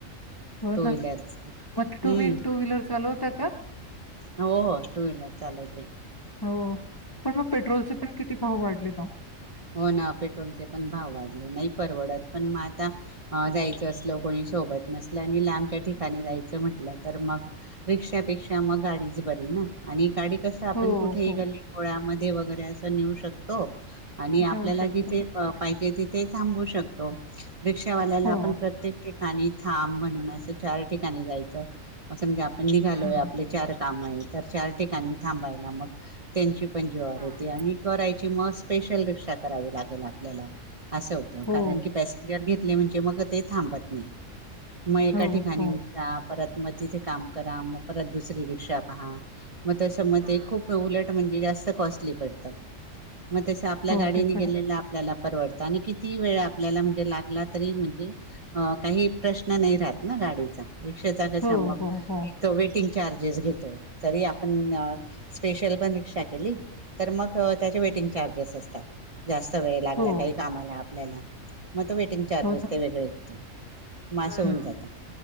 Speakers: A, on the left (about 30°); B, on the right (about 40°).
A: हो
B: टुव्हिलर
A: ना.
B: च
A: मग तुम्ही
B: हम
A: टू व्हीलर चालवता का?
B: हो हो टू व्हीलर चालवते.
A: हो पण मग पेट्रोलचे पण किती भाव वाढले ना -
B: हो ना पेट्रोलचे पण भाव वाढले नाही परवडत पण मग आता ह जायचं
A: हो ना.
B: असल कोणी सोबत नसल्या आणि लांबच्या ठिकाणी जायचं म्हटलं तर मग, रिक्षापेक्षा मग गाडीच बरी ना आणि गाडी कस आपण
A: हो,
B: कुठेही
A: हो.
B: गली गोळ्यामध्ये वगैरे असं नेऊ शकतो. आणि
A: नेऊ
B: आपल्याला
A: शकतो.
B: जिथे पाहिजे तिथे थांबू शकतो. रिक्षावाल्याला
A: हो.
B: आपण प्रत्येक ठिकाणी थांब म्हणून असं चार ठिकाणी जायचं असं म्हणजे आपण निघालोय
A: हं,
B: आपले चार काम आहे तर चार ठिकाणी थांबायला मग त्यांची पण जीवावर
A: हं.
B: येते आणि करायची मस्त स्पेशल रिक्षा करावी लागेल आपल्याला असं होतं
A: हो,
B: कारण की पसेंजर घ म्हणजे मग ते थांबत नाही मग ए
A: हो,
B: ठिकाणी
A: हो.
B: उतरा परत मग तिथे काम करा, मग परत दुसरी रिक्षा पहा, मग तस म
A: हं.
B: ते खूप उलट म्हणजे जास्त कॉस्टली पडत. मग तस आपल्या
A: हो,
B: गाडीने
A: ते पण
B: गेलेला
A: आहे.
B: आपल्याला परवडत आणि कितीही वेळ आपल्याला म्हणजे लागला तरी म्हणजे काही प्रश्न नाही राहत ना गाडीचा रिक्षेचा कसा
A: हो,
B: मग
A: हो, हो.
B: वेटिंग चार्जेस घेतो. तरी आपण स्पेशल पण रिक्षा केली तर मग त्या वेटींग चार्जेस असतात. जास्त वेळ लागला
A: हो,
B: काही कामाला आपल्याला मग वेटिंग चार्जेस
A: हो ना.
B: ते वेगळे घेतो. मास
A: हं.
B: होऊन जात.